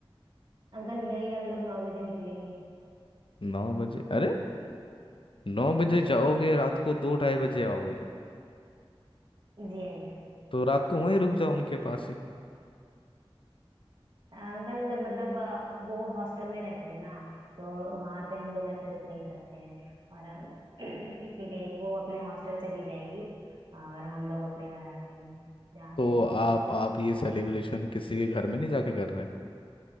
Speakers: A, on the right (about 50°); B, on the left (about 65°).
A: अंकल यही हम लोग नौ बजे निकलेंगे
B: नौ बजे अरे नौ बजे जाओगे रात को दो ढाई बजे आओगे
A: जी अंकल
B: तो रात को वहीं रुक जाओ उनके पास ही
A: अंकल मतलब अ, वो हॉस्टल में रहती है ना तो वहां पे हम लोग ऐसे रुक नहीं सकते हैं और अ, <clears throat> इसीलिए वो अपने हॉस्टल चली जाएगी और हम लोग अपने घर आ जाएंगे जहाँ
B: तो
A: पे रहते
B: आप
A: हैं
B: आप ये सेलिब्रेशन किसी के घर में नहीं जाके कर रहे